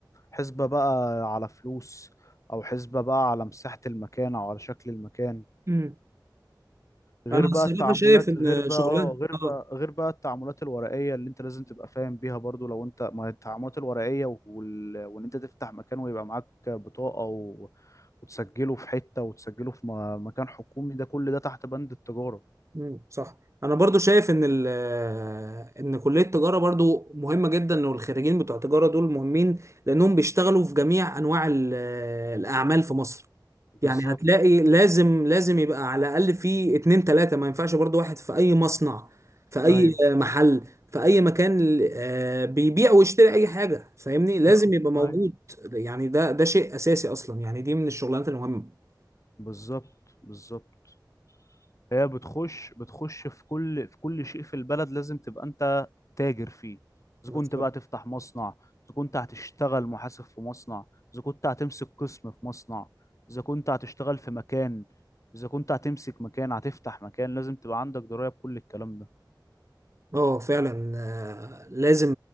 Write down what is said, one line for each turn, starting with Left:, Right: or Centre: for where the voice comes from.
Left: حسبة بقى على فلوس او حسبة بقى على مساحة المكان او على شكل المكان
Right: مم.
Left: غير
Right: انا
Left: بقى
Right: الصراحة
Left: التعاملات
Right: شايف ان
Left: غير بقى
Right: شغلانة
Left: اه غير بقى
Right: اه
Left: غير بقى التعاملات الورقية اللي انت لازم تبقى فاهم بيها برضو لو انت ما هي التعاملات الورقية وال... وان انت تفتح مكان ويبقى معاك بطاقة و... وتسجله في حتة وتسجله في م- مكان حكومي ده كل ده تحت بند التجارة
Right: مم، صح انا برضو شايف ان ال آه، ان كليه التجاره برضو مهمه جدا والخريجين بتوع التجاره دول مهمين لانهم بيشتغلوا في جميع انواع ال- آه، الاعمال في مصر
Left: بالظبط
Right: يعني هتلاقي لازم لازم يبقى على الاقل في اتنين تلاته ما ينفعش برضو واحد في اي مصنع في اي
Left: ايوه
Right: محل في اي مكان آه، بيبيع ويشتري اي حاجه فاهمني لازم
Left: آه،
Right: يبقى موجود
Left: ايوه
Right: يعني ده ده شيء اساسي اصلا يعني دي من الشغلانات المهمه
Left: بالظبط بالظبط هي بتخش بتخش في كل في كل شيء في البلد لازم تبقى انت تاجر فيه اذا
Right: بالظبط
Left: كنت بقى تفتح مصنع اذا كنت هتشتغل محاسب في مصنع اذا كنت هتمسك قسم في مصنع اذا كنت هتشتغل في مكان اذا كنت هتمسك مكان هتفتح مكان لازم تبقى عندك دراية بكل الكلام ده
Right: اه فعلا آه، لازم